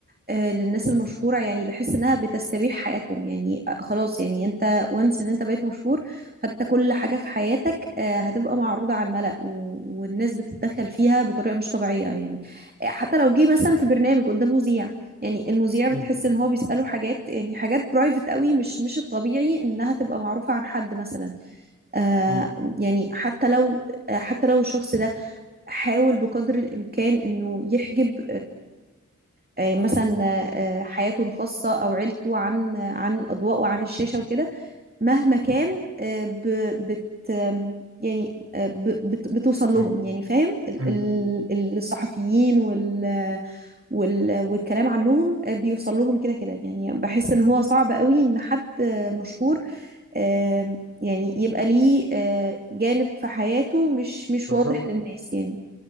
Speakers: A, on the right; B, on the right.
A: آه، للناس المشهورة يعني بحس انها بتستبيح حياتهم يعني آه، خلاص يعني انت وانس ان انت بقيت مشهور فانت كل حاجة في حياتك آه، هتبقى معروضة على الملأ و- والناس بتتدخل فيها بطريقة مش طبيعية يعني آه، حتى لو جه مثلا في برنامج قدام مذيع يعني المذيع
B: م-
A: بتحس ان هو بيسأله حاجات يعني حاجات برايفت قوي مش مش الطبيعي انها تبقى معروفة عن حد مثلا آه
B: م-
A: يعني حتى لو آه، حتى لو الشخص ده حاول بقدر الامكان انه يحجب آه، مثلا آه، حياته الخاصة أو عيلته عن عن الأضواء وعن الشاشة وكده مهما كان آه، ب- بت آم، يعني آه، ب- بت- بتوصل
B: م-
A: لهم يعني فاهم ال-
B: م-
A: ال- الصحفيين وال وال- والكلام عنهم آه، بيوصل لهم كده كده يعني بحس ان هو صعب قوي ان حد آه، مشهور آه، يعني يبقى ليه آه، جانب في حياته مش مش
B: بالظبط
A: واضح للناس يعني